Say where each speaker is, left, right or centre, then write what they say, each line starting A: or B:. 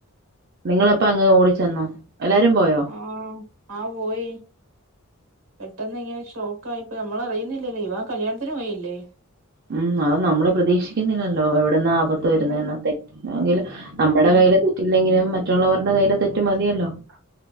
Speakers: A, on the right (about 50°); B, on the right (about 70°).
A: നിങ്ങളപ്പ അങ്ങ് ഓടിച്ചെന്നോ എല്ലാരും പോയോ
B: ആ ആ പോയി പെട്ടെന്നിങ്ങനെ ഷോക്കായിപ്പോയി നമ്മള അറിയുന്നില്ലല്ലേ ഇവൻ കല്യാണത്തിന് പോയില്ലേ
A: ഉം അത് നമ്മള് പ്രതീക്ഷിക്കുന്നില്ലല്ലോ എവിടുന്ന ആപത്ത്
B: അല്ലല്ല
A: വരുന്നന്ന് തെറ്റങ്കിൽ നമ്മുടെ
B: ആഹ്
A: കൈയ്യില് തെറ്റില്ലെങ്കിലും മറ്റുള്ളവരുടെ കയ്യില് തെറ്റ് മതിയല്ലോ
B: ആ